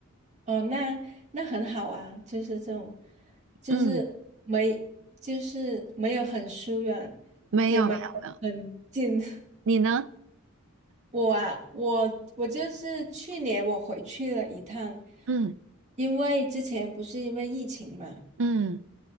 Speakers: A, on the right (about 35°); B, on the right (about 60°).
A: 哦，那那很好啊，就是这种，就是没，
B: 嗯，
A: 就是没有很疏远，
B: 没有没有，
A: 也没有很近。<laughs>
B: 你呢？
A: 我啊，我我就是去年我回去了一趟，
B: 嗯
A: 因为之前不是因为疫情嘛。
B: 嗯